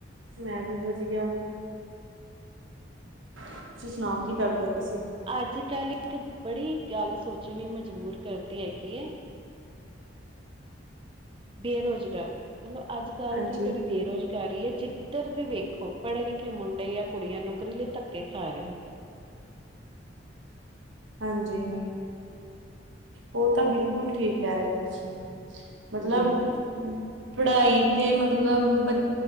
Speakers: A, on the right (about 85°); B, on the right (about 25°).
A: ਮੈਂ ਵੀ ਵਧੀਆ। ਤੁਸੀਂ ਸੁਣਾਓ ਕੀ ਕਰਦੇ ਪਏ ਸੀ?
B: ਅੱਜ-ਕੱਲ ਇੱਕ ਬੜੀ ਗੱਲ ਸੋਚਣ ਲਈ ਮਜਬੂਰ ਕਰਦੀ ਹੈਗੀ ਏ ਬੇਰੁਜ਼ਗਾਰੀ, ਮਤਲਬ ਅੱਜ-ਕਲ
A: ਹਾਂਜੀ
B: ਦੀ ਜਿਹੜੀ ਬੇਰੁਜ਼ਗਾਰੀ ਕਰ ਰਹੀ ਐ। ਜਿੱਧਰ ਵੀ ਵੇਖੋ ਪੜ੍ਹੇ-ਲਿਖੇ ਮੁੰਡੇ ਜਾਂ ਕੁੜੀਆਂ ਨੌਕਰੀ ਲਈ ਧੱਕੇ ਖਾ ਰਹੇ ਨੇ।
A: ਹਾਂਜੀ। ਉਹ ਤਾਂ ਬਿਲਕੁਲ ਠੀਕ ਕਹਿ ਰਹੇ ਓ ਤੁਸੀਂ। ਮਤਲਬ
B: ਜੀ ਜੀ ਜੀ
A: ਪੜ੍ਹਾਈ ਤੇ ਮਤਲਬ ਬ